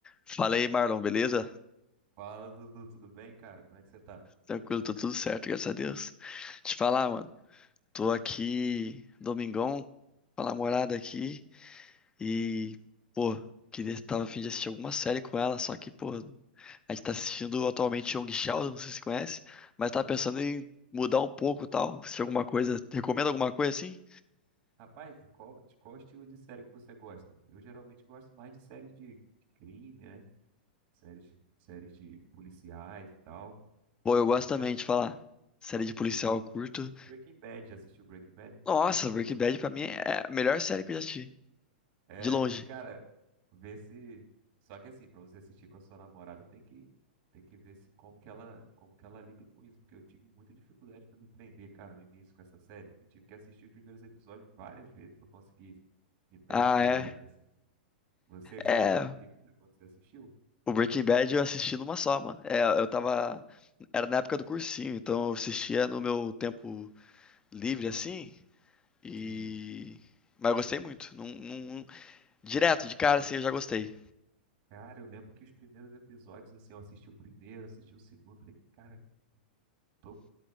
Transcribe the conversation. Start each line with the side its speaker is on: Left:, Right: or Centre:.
Left: Fala aí, Marlon, beleza?
Right: Fala, Dudu, tudo bem, cara? Como é que você tá?
Left: Tranquilo, tô tudo certo, graças a Deus. Te falar, mano, tô aqui, domingão, com a namorada aqui e, pô, queria, tava a fim de assistir alguma série com ela, só que, pô, a gente tá assistindo atualmente Young Sheldon, não sei se você conhece, mas tava pensando
Right: Não co-
Left: em mudar um pouco e tal, se alguma coisa, recomenda alguma coisa assim?
Right: Rapaz, de qual, de qual estilo de série que você gosta? Eu geralmente gosto mais de séries de, de crime, né? Séries, de- séries de policiais e tal.
Left: Pô, eu
Right: Aí
Left: gosto
Right: eu
Left: também
Right: já,
Left: de falar, série de policial
Right: eu já assisti
Left: eu curto.
Right: Breaking Bad, já assistiu Breaking Bad?
Left: Nossa, Breaking Bad pra mim é a melhor série que eu já assisti,
Right: É,
Left: de longe.
Right: e cara, ver se. Só que assim, pra você assistir com a sua namorada, tem que tem que ver se como que ela como que ela lida com isso, porque eu tive muita dificuldade pra me prender, cara, no início com essa série. Eu tive que assistir os primeiros episódios várias vezes pra conseguir me prender
Left: Ah, é.
Right: ali na. Você já
Left: É,
Right: gostou de primeiro quando você assistiu?
Left: O Breaking Bad eu assisti numa só, mano. É, eu tava. Era na época do cursinho, então eu assistia no meu tempo livre, assim. E.
Right: Sim.
Left: Mas eu gostei muito. Num, num- Direto, de cara, assim, eu já gostei.
Right: Cara, eu lembro que os primeiros episódios, assim, eu assisti o primeiro, assisti o segundo, falei, cara, tô